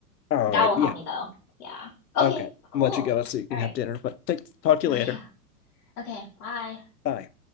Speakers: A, on the left (about 85°); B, on the left (about 65°).
A: All
B: that
A: right.
B: will help
A: Yeah.
B: me though. Yeah. Okay,
A: Okay.
B: cool.
A: I'll let you go so you can
B: All right.
A: have dinner. But take, talk to
B: Oh,
A: you later.
B: yeah. Okay, bye.
A: Bye.